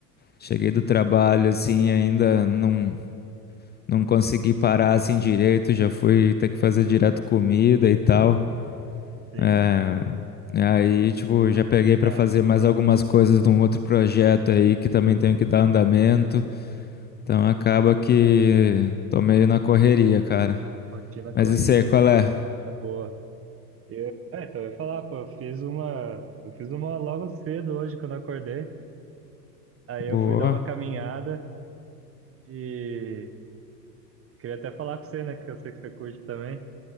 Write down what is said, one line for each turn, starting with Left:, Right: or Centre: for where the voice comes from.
Left: Cheguei do trabalho assim, ainda não não consegui parar assim direito, já fui ter que fazer direto comida e tal.
Right: Sim.
Left: É, aí, tipo, já peguei pra
Right: É,
Left: fazer mais algumas coisas de um outro projeto aí que também tenho que dar andamento. Então acaba que tô meio na correria, cara.
Right: rotina
Left: Mas
Right: corrida,
Left: isso aí, qual
Right: né?
Left: é?
Right: É boa. Eu, é, então eu ia falar, pô, eu fiz uma, eu fiz uma logo cedo hoje quando eu acordei. Aí eu
Left: Boa.
Right: fui dar uma caminhada e queria até falar com você, né? Que eu sei que você curte também.